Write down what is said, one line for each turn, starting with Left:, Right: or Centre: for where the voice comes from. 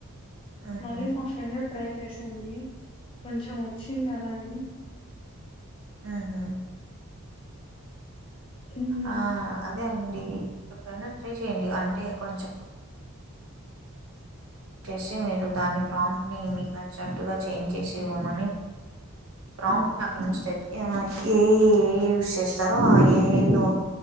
Right: ఉహు
Left: మళ్ళీ మా ఫ్రెండ్ ట్రై చేసింది కొంచెం వచ్చింది అలాని
Right: ఆ హా
Left: హ్మ్
Right: ఆ అదే అండి ఎప్పుడైనా ట్రై చేయండి అంటే కొంచెం చేసి మీరు దాన్ని ప్రాంప్ని మీకు నచ్చినట్టుగా చేంజ్ చేసి ఇవ్వమని ప్రాంప్ని అక్కడి నుంచి ఏ ఏ యూస్ చేస్తారో ఆ ఏలో